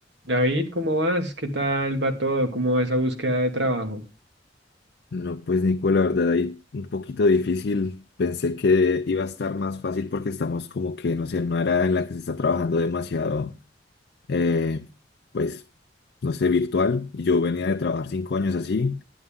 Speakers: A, on the right; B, on the left.
A: David, ¿cómo vas? ¿Qué tal va todo? ¿Cómo va esa búsqueda de trabajo?
B: No, pues Nico, la verdad ahí un poquito difícil. Pensé que iba a estar más fácil porque estamos como que, no sé, en una era en la que se está trabajando demasiado, eh, pues, no sé, virtual. Y Yo venía de trabajar cinco años así